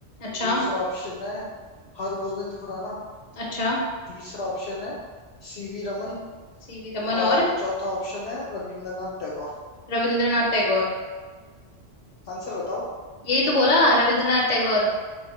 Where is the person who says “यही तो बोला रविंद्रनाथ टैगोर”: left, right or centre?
Left